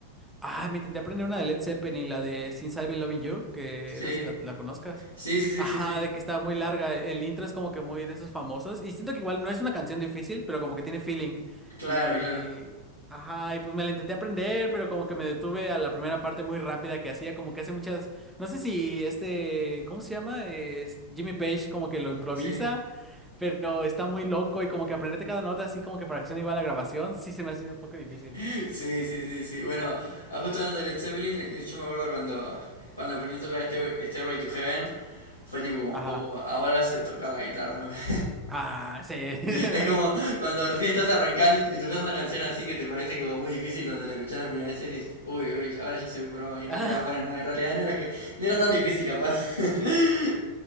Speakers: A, in the centre; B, on the left.
A: Ah, me intenté aprender una de Led Zeppelin, la de Since I've Been Loving You, que
B: Sí.
A: no sé si la, la conozcas.
B: Sí, sí, sí,
A: Ajá,
B: sí, sí.
A: de que estaba muy larga. e, El intro es como que muy de esos famosos. Y siento que igual no es una canción difícil, pero como que tiene feeling.
B: Claro,
A: Y.
B: claro.
A: Ajá, y pues me la intenté aprender, pero como que me detuve a la primera parte muy rápida que hacía, como que hace muchas. No sé si este. ¿Cómo se llama? Es Jimmy Page como que lo improvisa,
B: Sí.
A: pero está muy loco y como que aprenderte cada nota así como que para que suene igual a la grabación, sí se me hace un poco difícil.
B: <laughs> Sí, sí, sí, sí. Bueno,
A: Ajá.
B: ah, justo hablando de Led Zeppelin, eh, yo me acuerdo cuando, cuando aprendí a tocar Stair- Stairway to Heaven, fue tipo como,
A: Ajá.
B: oh, ahora sé tocar la guitarra. <laughs>
A: Ah, sí. <laughs>
B: Es como cuando recién estás arrancando y, y tocas una canción así que te parece como muy difícil cuando la escuchás la primera vez y decís, uy, uy, ya- ahora ya soy pro. Y en
A: Ah,
B: realidad, bueno, no, en realidad no era que, no era tan difícil capaz. <laughs>